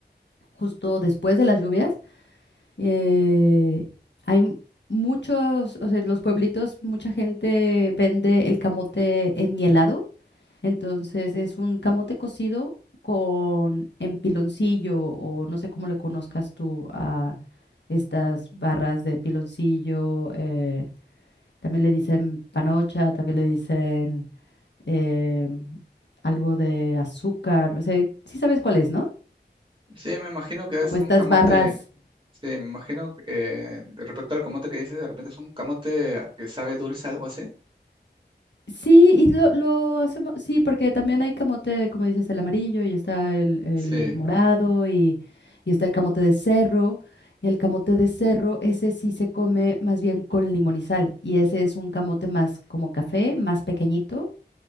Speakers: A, on the left; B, on the right.
A: justo después de las lluvias, eh, hay m- muchos, o sea, en los pueblitos mucha gente vende el camote enmielado entonces es un camote cocido con empiloncillo o no sé cómo le conozcas tú a estas barras de piloncillo. eh, también le dicen panocha, también le dicen eh, algo de azúcar. O sea, sí sabes cuál es, ¿no?
B: Sí, me imagino que
A: Como
B: es un
A: estas
B: camote.
A: barras.
B: Sí, me imagino eh, de respecto al camote que dices, de repente es un camote que sabe dulce, algo así.
A: Sí, y lo, lo hacemos, sí, porque también hay camote, como dices, el amarillo y está el, el
B: Sí,
A: morado y, y está el camote de cerro. Y el camote de cerro, ese sí se come más bien con limón y sal. Y ese es un camote más como café, más pequeñito